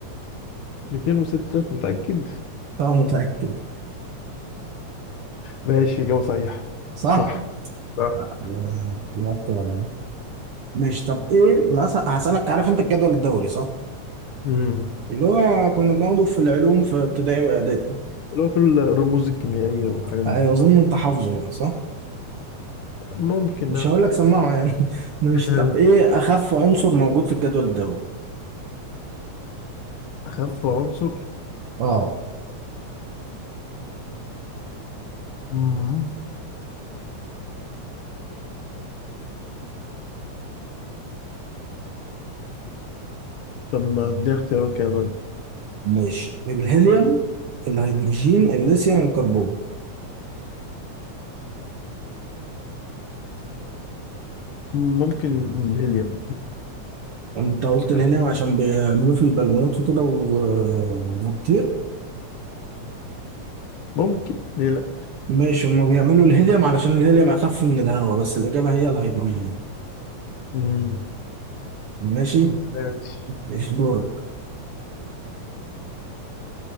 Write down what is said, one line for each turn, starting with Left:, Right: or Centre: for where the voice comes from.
Left: 206 متأكد؟
Right: أنا متأكد
Left: ماشي إجابة صحيحة
Right: صح؟
Left: صح صح
Right: لا ده- دي أكتر أنا ماشي طب إيه مثلا هسألك عارف أنت الجدول الدوري صح؟
Left: مم.
Right: اللي هو كنا بناخده في العلوم في ابتدائي وإعدادي
Left: لو في الرموز الكيميائية والحاجات دي
Right: أيوة أظن أنت حافظه بقى صح؟
Left: ممكن
Right: مش
Left: اه
Right: هقول لك سمعه يعني <laughs> ماشي
Left: <laughs>
Right: طب إيه أخف عنصر موجود في الجدول الدوري؟
Left: أخف عنصر
Right: أه
Left: مم. طب ما اديها اختيارات كده طيب
Right: ماشي الهيليوم الهيدروجين الليثيوم الكربون
Left: ممكن الهيليوم
Right: أنت قلت الهيليوم
Left: يعني،
Right: عشان بيعملوه في البالونات وكده و- وبتطير
Left: ممكن ليه لأ
Right: ماشي هما بيعملوا الهيليوم علشان الهيليوم اخف من الهواء بس الاجابه هي الهيدروجين
Left: مم.
Right: ماشي
Left: ماشي
Right: ايش دورك